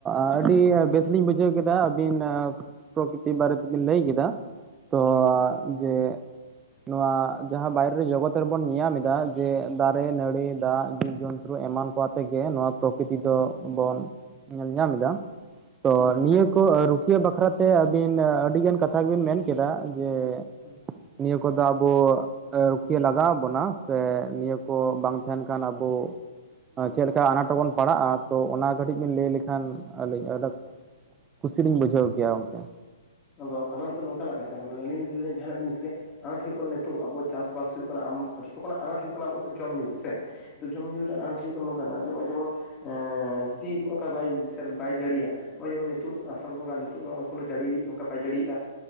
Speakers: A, on the right; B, on the left.
A: ᱟᱹᱰᱤ ᱵᱮᱥ ᱞᱤᱧ ᱵᱩᱡᱷᱟᱹᱣ ᱠᱮᱫᱟ ᱟᱹᱵᱤᱱ ᱯᱨᱚᱠᱤᱛᱤ ᱵᱟᱨᱮ ᱛᱮᱵᱤᱱ ᱞᱟᱹᱭ ᱠᱮᱫᱟ ᱛᱚ
B: ᱦᱸ
A: ᱡᱮ ᱱᱚᱣᱟ ᱡᱟᱦᱟᱸ ᱵᱟᱭᱨᱮ ᱨᱮ ᱡᱚᱜᱚᱛ ᱨᱮᱵᱚᱱ ᱧᱟᱢ ᱮᱫᱟ ᱡᱮ ᱫᱟᱨᱮ ᱫᱟᱨᱮ
B: ᱦᱮᱸ
A: ᱱᱟᱹᱲᱤ ᱫᱟᱜ ᱡᱤᱵ ᱡᱚᱱᱛᱩ ᱮᱢᱟᱱ ᱠᱚ ᱟᱛᱮ ᱜᱮᱮ ᱱᱚᱣᱟ ᱯᱨᱚᱠᱤᱛ ᱫᱚ ᱵᱚᱱ ᱧᱮᱞ ᱧᱟᱢ ᱮᱫᱟᱢ ᱛᱚ
B: ᱦᱮᱸ
A: ᱱᱤᱭᱟᱹ ᱠᱚ ᱨᱩᱠᱷᱤᱭᱟᱹ ᱵᱟᱠᱷᱨᱟ ᱛᱮ ᱟᱹᱵᱤᱱ ᱟᱹᱰᱤᱜᱟᱱ ᱠᱟᱛᱷᱟ ᱜᱮᱵᱤᱱ ᱢᱮᱱ ᱠᱮᱫᱟ ᱡᱮ
B: ᱦᱮᱸ
A: ᱱᱤᱭᱟᱹ ᱠᱚᱫᱚ ᱟᱵᱚ ᱨᱩᱠᱷᱤᱭᱟᱹ ᱞᱟᱜᱟᱣ ᱵᱚᱱᱟ ᱥᱮ ᱱᱤᱭᱟᱹ ᱠᱚ ᱵᱟᱝ ᱛᱟᱦᱮᱱ ᱠᱷᱟᱱ ᱟᱵᱚ ᱪᱮᱫ ᱞᱮᱠᱟ ᱟᱱᱟᱴ ᱵᱚᱱ ᱯᱟᱲᱟᱜᱼᱟ ᱛᱚ ᱚᱱᱟ ᱠᱟᱹᱴᱤᱡ ᱵᱮᱱ ᱞᱟᱹᱭ ᱞᱮᱠᱷᱟᱱ ᱟᱹᱞᱤᱧ ᱟ ᱠᱩᱥᱤ ᱞᱤᱧ ᱵᱩᱡᱷᱟᱹᱣᱠᱮᱭᱟ ᱚᱝᱠᱟ
B: ᱟᱫᱚ ᱟᱱᱟᱴ ᱫᱚ ᱱᱚᱝᱠᱟᱱᱟᱜ ᱠᱟᱛᱷᱟ ᱠᱟᱱᱟ ᱞᱤᱧ ᱞᱟᱹᱭ ᱫᱟᱹᱧ ᱡᱟᱦᱟᱱᱟᱜ ᱡᱤᱱᱤᱥ ᱜᱮ ᱟᱱᱟᱴ ᱦᱩᱭᱩᱜ ᱠᱟᱱᱟ ᱱᱤᱛᱚᱜ ᱟᱵᱚ ᱪᱟᱥᱵᱟᱥ ᱦᱩᱭᱩᱜ ᱠᱟᱱᱟ ᱡᱚᱛᱚ ᱠᱷᱚᱱᱟᱜ ᱟᱱᱟᱴ ᱦᱩᱭᱩᱜ ᱠᱟᱱᱟ ᱟᱵᱚᱣᱟᱜ ᱫᱚ ᱡᱚᱢ ᱧᱩ ᱥᱮ ᱡᱚᱢ ᱧᱩ ᱨᱮ ᱟᱴ ᱱᱚ ᱱᱚᱜᱼᱚᱭ ᱡᱮᱢᱚᱱ ᱡᱩᱫᱤ ᱚᱱᱠᱟ ᱵᱟᱭ ᱵᱟᱭ ᱡᱟᱹᱲᱤᱭᱟ ᱱᱚᱜᱼᱚᱭ ᱡᱮᱢᱚᱱ ᱱᱤᱛᱚᱜ ᱟᱥ ᱟᱲ ᱵᱚᱸᱜᱟ ᱱᱤᱛᱚᱜ ᱱᱚᱜᱼᱚᱭ ᱠᱳᱱᱳ ᱡᱟᱹᱲᱤ ᱚᱱᱠᱟ ᱵᱟᱭ ᱡᱟᱹᱲᱤᱭᱮᱜᱼᱟ